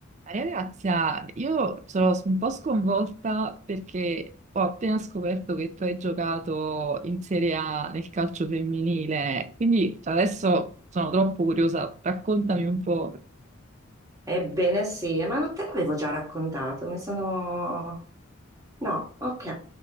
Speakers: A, on the right (about 35°); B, on the right (about 15°).
A: Maria Grazia, io sono un po' sconvolta perché ho appena scoperto che tu hai giocato in Serie A nel calcio femminile, quindi adesso sono troppo curiosa, raccontami un po'.
B: Ebbene sì, eh, ma non te l'avevo già raccontato, mi sono... No, ok.